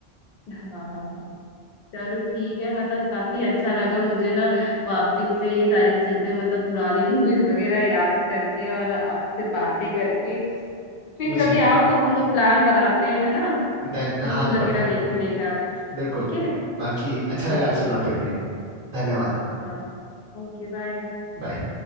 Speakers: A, on the left; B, on the right.
A: हाँ चलो ठीक है मतलब काफी अच्छा लगा मुझे ना वापस से ये सारी चीजें मतलब पुरानी मूवीज वगैरह याद करके और आपसे बातें करके फिर
B: मुझे
A: कभी आओ तो हम लोग प्लान बनाते हैं है ना
B: देन
A: मूवी
B: हाँ
A: वगैरह
B: पक्का
A: देखने का
B: बिल्कुल
A: ठीक है
B: बाकी अच्छा लगा
A: ओके
B: आपसे बात करके धन्यवाद
A: हाँ Okay bye
B: बाय